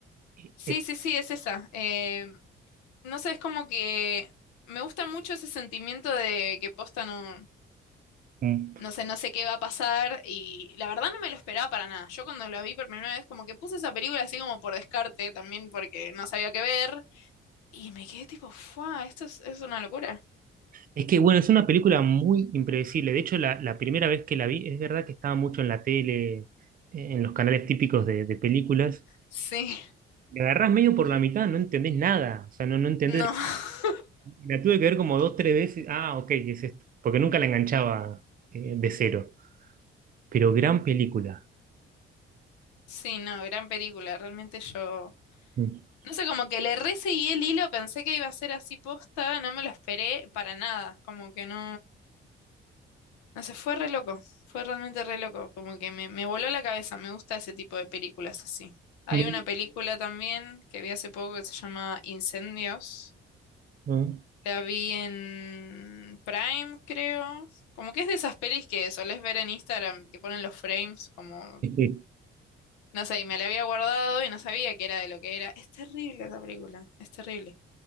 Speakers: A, on the right; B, on the left.
A: Eh,
B: sí,
A: eh,
B: sí, sí, es esa. Eh, no sé, es como que me gusta mucho ese sentimiento de que posta no.
A: mm.
B: No sé, no sé qué va a pasar y la verdad no me lo esperaba para nada. Yo cuando la vi por primera vez como que puse esa película así como por descarte también porque no sabía qué ver y me quedé tipo, ¡fua! Esto es, es una locura.
A: Es que, bueno, es una película muy impredecible. De hecho, la, la primera vez que la vi, es verdad que estaba mucho en la tele, eh, en los canales típicos de, de películas.
B: Sí,
A: Me agarrás medio por la mitad, no entendés nada. O sea, no, no entendés.
B: no, <laughs>
A: La tuve que ver como dos, tres veces. Ah, ok, es esto. Porque nunca la enganchaba eh, de cero. Pero gran película.
B: sí, no, gran película. Realmente yo,
A: Mm.
B: no sé, como que le re seguí el hilo, pensé que iba a ser así posta, no me lo esperé para nada, como que no. No sé, fue re loco, fue realmente re loco, como que me, me voló la cabeza, me gusta ese tipo de películas así. Hay
A: Me-
B: una película también que vi hace poco que se llama Incendios,
A: no.
B: la vi en Prime, creo, como que es de esas pelis que solés ver en Instagram, que ponen los frames, como,
A: Sí,
B: no sé, y me la había guardado y no sabía que era de lo que era. Es terrible esa película, es terrible.